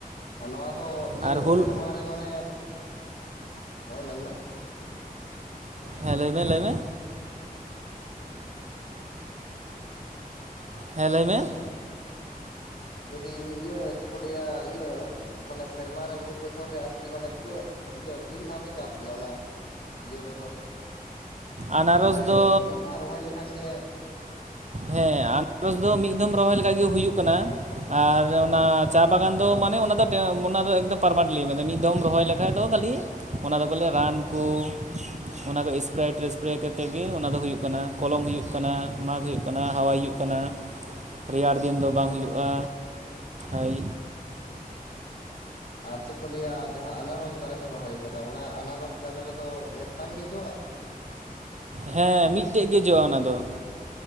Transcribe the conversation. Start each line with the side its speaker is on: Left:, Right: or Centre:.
Left: ᱟᱨ ᱱᱚᱣᱟ ᱫᱚ ᱤᱭᱟᱹ
Right: ᱟᱨ ᱦᱩᱞ
Left: ᱥᱮᱨᱢᱟ ᱨᱮ ᱢᱟᱱᱮ ᱦᱮᱸ ᱢᱮᱱᱢᱮ
Right: ᱦᱮᱸ ᱞᱟᱹᱭᱢᱮ ᱞᱟᱹᱭ ᱢᱮ ᱦᱮᱸ ᱞᱟᱹᱭ ᱢᱮ ᱾
Left: ᱞᱟᱹᱭᱫᱟᱹᱧ ᱤᱭᱟᱹ ᱪᱮᱫ ᱠᱚ ᱞᱟᱹᱭᱟ ᱤᱭᱟᱹ ᱢᱟᱱᱮ ᱥᱮᱨᱢᱟᱨᱮ ᱢᱤᱫ ᱵᱚᱪᱷᱚᱨ ᱨᱮ ᱟᱨᱠᱤ ᱢᱟᱱᱮ ᱛᱤᱱᱟᱹᱜ ᱤᱭᱟᱹ ᱛᱤᱱ ᱫᱷᱟᱣ ᱯᱮ ᱪᱟᱥ ᱜᱮᱭᱟ? ᱚᱱᱟ ᱤᱭᱟᱹ ᱠᱚᱫᱚ
Right: ᱟᱱᱟᱨᱚᱥ
Left: ᱥᱮ
Right: ᱫᱚ
Left: ᱢᱤᱫ ᱫᱷᱟᱣ ᱨᱚᱦᱚᱭ ᱞᱮᱠᱷᱟᱱ ᱜᱮ
Right: ᱦᱮᱸ ᱟᱱᱟᱨᱚᱥ ᱫᱚ ᱢᱤᱫ ᱫᱚᱢ ᱨᱚᱦᱚᱭ ᱞᱮᱠᱟᱡ ᱜᱮ ᱦᱩᱭᱩᱜ ᱠᱟᱱᱟ ᱟᱨ ᱚᱱᱟ ᱪᱟ ᱵᱟᱜᱟᱱ ᱫᱚ ᱢᱟᱱᱮ ᱚᱱᱟ ᱫᱚ ᱚᱱᱟ ᱫᱚ ᱮᱠᱫᱚᱢ ᱯᱟᱨᱢᱟᱱᱮᱱᱴ ᱞᱤ <unintelligible> ᱢᱤᱫ ᱫᱷᱚᱢ ᱨᱚᱦᱚᱭ ᱞᱮᱠᱷᱟᱡ ᱫᱚ ᱠᱷᱟᱹᱞᱤ ᱚᱱᱟ ᱫᱚ ᱠᱚ ᱞᱟᱹᱭᱟ ᱨᱟᱱ ᱠᱚ ᱚᱱᱟ ᱠᱚ <unintelligible> ᱥᱯᱨᱮ ᱠᱟᱛᱮᱫ ᱜᱮ ᱚᱱᱟ ᱫᱚ ᱦᱩᱭᱩᱜ ᱠᱟᱱᱟ ᱠᱚᱞᱚᱢ ᱦᱩᱭᱩᱜ ᱠᱟᱱᱟ, ᱢᱟᱜᱽ ᱦᱩᱭᱩᱜ ᱠᱟᱱᱟ, ᱦᱟᱣᱟᱭ ᱦᱩᱭᱩᱜ ᱠᱟᱱᱟ ᱾ ᱨᱮᱭᱟᱲ ᱫᱤᱱ ᱫᱚ
Left: ᱚ
Right: ᱵᱟᱝ ᱦᱩᱭᱩᱜᱼᱟ
Left: ᱟᱪᱪᱷᱟ
Right: ᱟᱹᱭ
Left: ᱟᱨ ᱪᱮᱫ ᱠᱚ ᱞᱟᱹᱭᱟ ᱡᱟᱦᱟᱸ ᱟᱱᱟᱨᱚᱥ ᱫᱟᱨᱮ ᱯᱮ ᱨᱚᱦᱚᱭ ᱠᱟᱫᱟ ᱚᱱᱟ ᱟᱱᱟᱨᱚᱥ ᱫᱟᱨᱮ ᱨᱮᱫᱚ ᱢᱮᱫᱴᱟᱝ ᱜᱮ ᱡᱚᱜᱼᱟ?
Right: ᱦᱮᱸ ᱢᱤᱫᱴᱮᱡ ᱜᱮ ᱡᱚᱜᱼᱟ ᱚᱱᱟ ᱫᱚ ᱾